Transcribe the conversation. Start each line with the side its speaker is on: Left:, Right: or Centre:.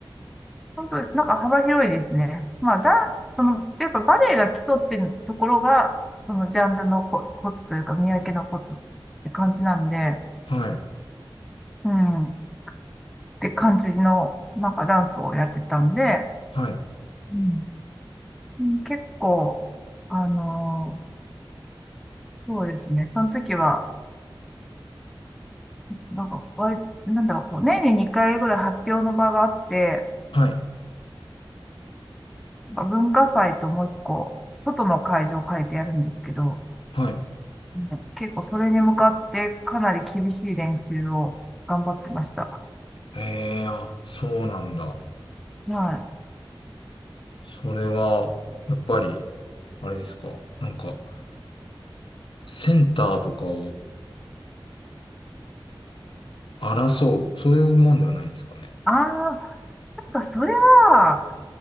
Centre: 本当になんか幅広いですね。まあ、だ、その、やっぱバレエが基礎っていうところが、そのジャンルのコ、コツというか、見分けのコツって感じなんで、
Left: はい。
Centre: うん、って感じの、なんかダンスをやってたんで、
Left: はい。
Centre: うん、うん結構、あのーそうですね、その時は、なんか、割、なんだろう、こう、年に2回ぐらい発表の場があって、
Left: はい。
Centre: まあ文化祭ともう一個、外の会場を変えてやるんですけど、
Left: はい。
Centre: う結構それに向かってかなり厳しい練習を頑張ってました。
Left: ええ、あ、そうなんだ。
Centre: はい。
Left: それは、やっぱり、あれですか。なんか、センターとかを争う、そういうもんではないんですかね。
Centre: ああ、なんかそれは、